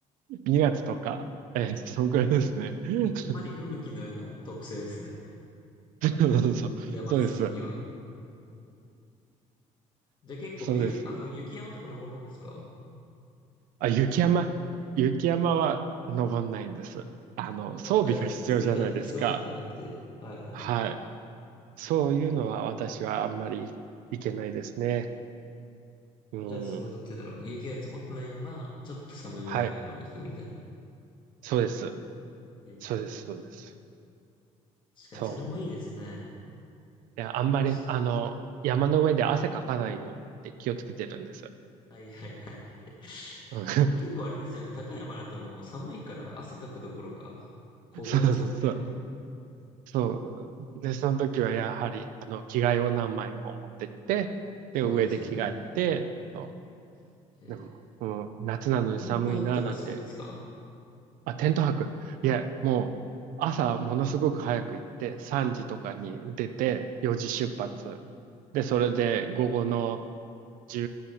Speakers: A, on the right (about 85°); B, on the left (about 35°).
A: 2月とか、えー、そんくらいですね。<laughs>
B: なんか山に不向きのような特性ですね。
A: そうそうそう、
B: 山好きには。
A: そうです。
B: じゃあ結構冬、
A: そうです。
B: あの、雪山とか登るんですか
A: あ、雪山、雪山は登んないんです。あの、
B: あじゃあ、
A: 装備が必要じゃないですか。
B: アイゼンつけたりとかそういうのではなくて。はいはい。
A: はい。そういうのは私はあんまりいけないですね。うん。
B: じゃあ、その、なんて言うんだろう。雪が積もってないような、ちょっと寒めの山に行くみたいな。
A: はい。そうです。
B: えー
A: そうです、そうです。
B: 確かに、
A: そ
B: それもいいですね。
A: う。いや、あんまり、
B: 確かに。
A: あの、山の上で汗かかないようにって気をつけてるんです。
B: はいはいはい。<laughs>
A: うん
B: でも結構あれですよね。高い山だともう寒いから汗かくどころか、凍えちゃうぐらいの。
A: <laughs> そうそうそう。そう。で、その時はやはり、あの、着替えを何枚も持ってって、
B: そうですよね。
A: で、上で着替えて、そ
B: えー
A: う。でも、うん、夏なのに寒いな、
B: テント泊とかするんですか
A: なんてあ、テント泊。いや、もう、朝ものすごく早く行って、3時とかに出て、4時出発。
B: はい
A: で、それで午後の1